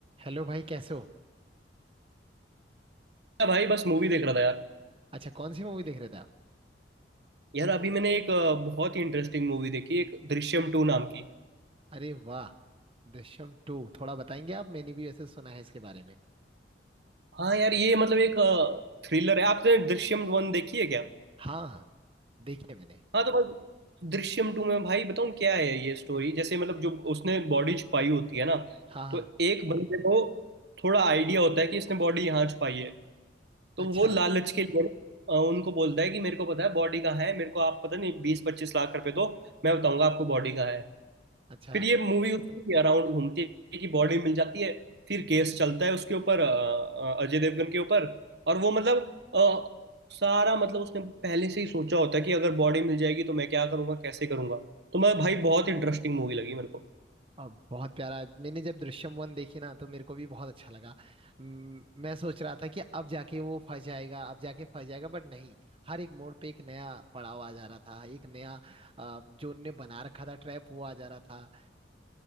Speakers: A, on the right; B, on the right.
A: Hello भाई कैसे हो
B: हाँ भाई बस मूवी देख रहा था यार
A: अच्छा कौन सी मूवी देख रहे थे आप
B: यार अभी मैंने एक अ, बहुत ही इंटरेस्टिंग मूवी देखी एक दृश्यम टू नाम की
A: अरे वाह दृश्यम टू थोड़ा बताएंगे आप मैंने भी वैसे सुना है इसके बारे में
B: हाँ यार ये मतलब एक थ्रिलर है आपने दृश्यम वन देखी है क्या
A: हाँ देखी है मैंने
B: हाँ तो बस दृश्यम टू में भाई बताऊँ क्या है ये स्टोरी जैसे मतलब जो उसने बॉडी छुपाई होती है ना
A: हाँ हाँ
B: तो एक बंदे को थोड़ा आइडिया होता है कि इसने बॉडी यहाँ छुपाई है तो
A: अच्छा
B: वो लालच के लिए ना, अ, उनको बोलता है कि मेरे को पता है बॉडी कहाँ है मेरे को आप पता नहीं बीस पच्चीस लाख रुपए दो मैं बताऊंगा आपको बॉडी कहाँ है
A: अच्छा
B: फिर ये मूवी उसके अराउंड घूमती है कि बॉडी मिल जाती है फिर केस चलता है उसके ऊपर अ, अ, अजय देवगन के ऊपर और वो मतलब अ, सारा मतलब उसने पहले से ही सोचा होता है कि अगर बॉडी मिल जाएगी तो मैं क्या करूंगा कैसे करूंगा तो मैं भाई बहुत इंटरेस्टिंग मूवी लगी मेरे को
A: अब बहुत प्यारा मैंने जब दृश्यम वन देखी ना तो मेरे को भी बहुत अच्छा लगा म, मैं सोच रहा था कि अब जाके वो फंस जाएगा अब जाके फंस जाएगा बट नहीं हर एक मोड़ पे एक नया पड़ाव आ जा रहा था एक नया अ, जो उनने बना रखा था ट्रैप वो आ जा रहा था